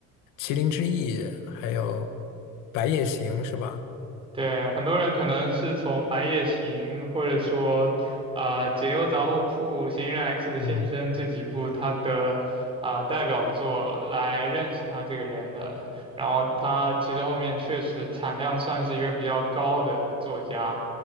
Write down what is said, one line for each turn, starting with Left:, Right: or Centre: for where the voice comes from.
Left: 《麒麟之翼》，还有《白夜行》，是吧？
Right: 对，很多人可能是从《白夜行》或者说啊、解忧杂货铺》《嫌疑人 X 的现身》这几部他的啊、
Left: 嗯，
Right: 代表作来认识他这个人的。然后他其实后面确实产量算是一个比较高的作家，